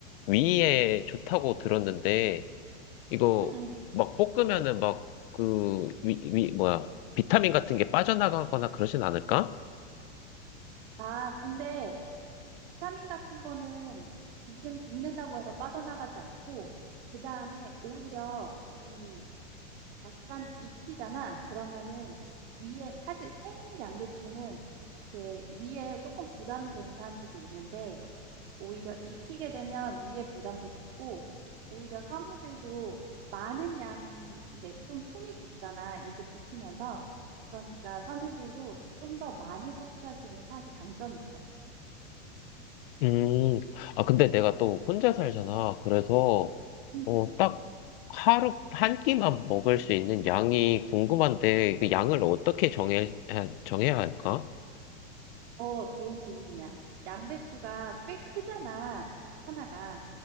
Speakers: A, on the left; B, on the right.
A: 위에 좋다고 들었는데, 이거
B: 응, 응.
A: 막 볶으면은 막 그, 위, 위, 뭐야, 비타민 같은 게 빠져나가거나 그러진 않을까?
B: 아, 근데 비타민 같은 거는 익은, 익는다고 해서 빠져나가지 않고 그 다음에 오히려 이 약간 익히잖아. 그러면은 위에 사실 생 양배추는 이렇게 위에 조금 부담이 되는 사람들도 있는데 오히려 익히게 되면 위에 부담도 적고, 오히려 섬유질도 많은 양이 이제 좀 숨이 죽잖아. 익, 익히면서. 그러니까 섬유질도 좀 더 많이 섭취할 수 있는 사실 장점이 있어.
A: 음, 아, 근데 내가 또 혼자 살잖아. 그래서,
B: 음.
A: 어, 딱 하루, 한 끼만 먹을 수 있는 양이 궁금한데, 그 양을 어떻게 정해, 아, 정해야 할까?
B: 어, 좋은 질문이야. 양배추가 꽤 크잖아, 하나가.